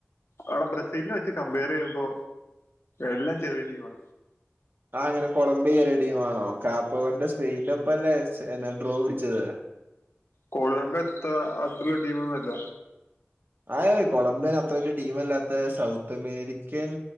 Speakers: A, on the left; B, on the right.
A: അടെ ബ്രസീൽനെ വെച്ച് കമ്പയറെയ്യുമ്പോ എല്ലം ചെറ്യേ ടീമാ
B: അതെങ്ങനെ കൊളംബി കേറിയ ടീമാണോ കാപ്പവര്ടെ സ്പെയിൻന്റെ ഒപ്പല്ലേ ന് പിന്നെ ഡ്രോവ് പിടിച്ചത്.
A: കോളംമ്പിയ അത്ര അത്രല്ല്യ ടീമന്നുല്ല.
B: ആഹ് കൊളംബിയൻ അത്ര വലിയ ടീമല്ലാത്ത സൗത്ത് അമേരിക്കൻ